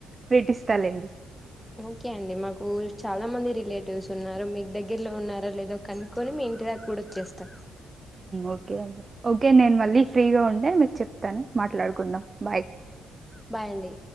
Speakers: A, on the right (about 30°); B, in the centre.
A: ట్రీట్ ఇస్తలేండి
B: ఓకే అండి మాకు చాలా మంది రిలేటివ్స్ ఉన్నారు మీకు దగ్గరలో ఉన్నారా లేదా కనుక్కొని మీ ఇంటి దాకా గూడా వచ్చేస్తా
A: ఓకే అండి ఓకే నేను మళ్ళీ ఫ్రీగా ఉంటే మీకు చెప్తాను మాట్లాడుకుందాం బాయ్
B: బాయ్ అండి